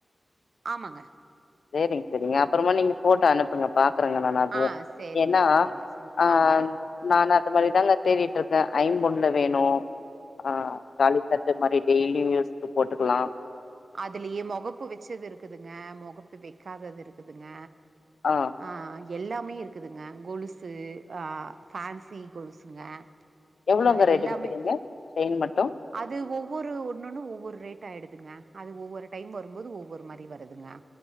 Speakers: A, on the right (about 65°); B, on the left (about 85°).
A: ஆமாங்க
B: சேரிங் சேரிங்க அப்புறமா நீங்க போட்டு அனுப்புங்க பாக்கறங்க மேம்
A: ஆ சேரிங்க
B: ஏன்னா
A: சேரிங்க சரி
B: ஆ
A: ஆங்க
B: நானு அது மாதிரிதாங்க தேடிட்ருக்கே ஐம்பொண்ல வேணு ஆ தாலி அந்த மாரி டெய்லி யூஸ்கு போட்டுக்கலா
A: அதுலயே மொகப்பு வெச்சது இருக்குதுங்க மொகப்பு வெக்காதது இருக்குதுங்க
B: ஆ
A: அ எல்லாமே இருக்குதுங்க கொலுசு அ ஃபேன்சி கொலுசுங்க
B: எவ்வளவுங்க
A: ஆ
B: ரேட்
A: எல்லாமே
B: விக்குறீங்க செயின் மட்டும்
A: அது ஒவ்வொரு ஒண்ணுன்னு ஒவ்வொரு ரேட் ஆயிடுதுங்க அது ஒவ்வொரு டைம் வரும்போது ஒவ்வொரு மாரி வருதுங்க